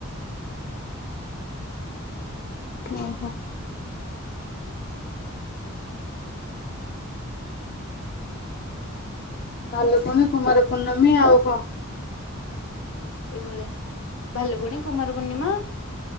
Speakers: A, on the left (about 45°); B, on the left (about 75°).
A: ଓ ହୋ କାଲକୁଣ କୁମାର ପୂର୍ଣ୍ଣମୀ ଆଉ କଣ?
B: ଏଇଭଳିଆ ଭଲ ଭଉଣୀ କୁମାର ପୂର୍ଣ୍ଣିମା